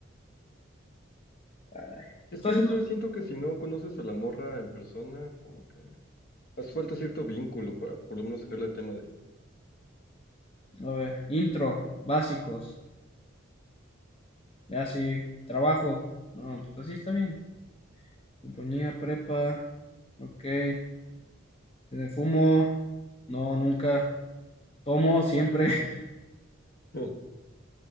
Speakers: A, on the left; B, on the left.
A: Ay, estoy
B: es que
A: haciendo,
B: no sé, siento que si no conoces a la morra en persona, como que hace falta cierto vínculo para por lo menos sacarle el tema de ahí.
A: a ver, intro, básicos. Ya sí, trabajo. No, pues así está bien. Compañía, prepa, ok. Eh, fumo, no, nunca. Tomo, siempre. <laughs>
B: <laughs>